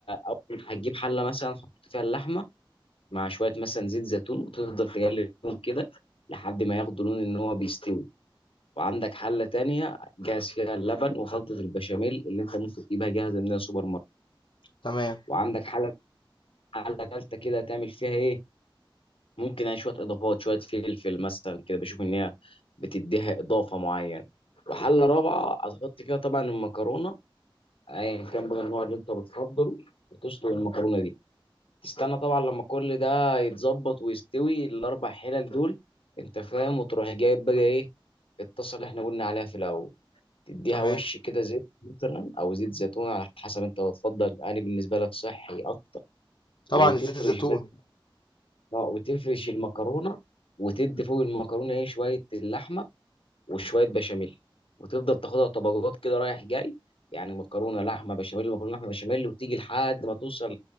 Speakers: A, on the left; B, on the left.
A: أول هتجيب حلة مثلا تحط فيها اللحمة مع شوية مثلا زيت زيتون وتفضل تقلبهم كده لحد ما ياخدوا لون إن هو بيستوي وعندك حلة تانية جاهز فيها اللبن وخلطة البشاميل اللي أنت ممكن تجيبها جاهزة من السوبر ماركت
B: تمام
A: وعندك حلة حلة تالتة كده تعمل فيها إيه؟ ممكن يعني شوية إضافات شوية فلفل مثلا كده بشوف إن هي بتديها إضافة معينة وحلة رابعة هتحط فيها طبعا المكرونة أيا كان بقى النوع اللي أنت بتفضله وتسلق المكرونة دي تستنى طبعا لما كل ده يتظبط ويستوي الاربع حلل دول انت فاهم وتروح جايب بقى ايه الطاسه اللي احنا قلنا عليها في الاول تديها
B: تمام
A: وش كده زيت مثلا او زيت زيتون على حسب انت بتفضل انا بالنسبه لك صحي اكتر
B: طبعا
A: وتفرش
B: زيت الزيتون
A: بقى اه وتفرش المكرونه وتدي فوق المكرونه ايه شويه اللحمه وشويه بشاميل وتفضل تاخدها طبقات كده رايح جاي يعني مكرونه لحمه بشاميل مكرونه لحمه بشاميل وتيجي لحد ما توصل